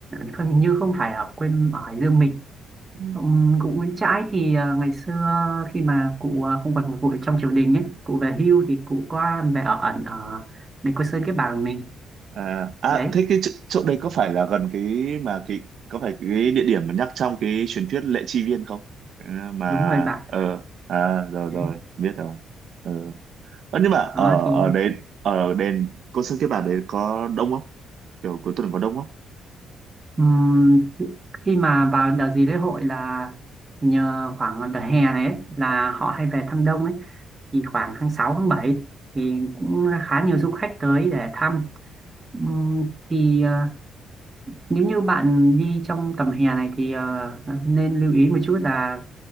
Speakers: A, on the right (about 30°); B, on the right (about 60°).
A: không- như không phải ở quê ở Hải Dương mình
B: ừ.
A: Ừm, cụ Nguyễn Trãi thì à, ngày xưa khi mà cụ à, không còn phục vụ được trong triều đình ấy, cụ về hưu thì cụ qua về ở ẩn ở đền Cô Sơn cái bàng mình
B: à, à
A: đấy
B: thế cái chỗ, chỗ đấy có phải là gần cái mà cái có phải cái địa điểm mà nhắc trong cái truyền thuyết Lệ Chi Viên không Ờ, mà
A: đúng rồi bạn
B: ờ à rồi
A: đấy
B: rồi biết rồi Ờ. Ờ, nhưng mà ở
A: đó thì
B: ở đấy ở đền cô sơn kiếp bạc đấy có đông không kiểu cuối tuần có đông không
A: ừm, chứ- khi mà vào đợt gì lễ hội là nhờ khoảng đợt hè này ấy, là họ hay về thăm đông ấy thì khoảng tháng 6 tháng 7 thì cũng khá nhiều du khách tới để thăm Ừm, thì à, nếu như bạn đi trong tầm hè này thì à, nên lưu ý một chút là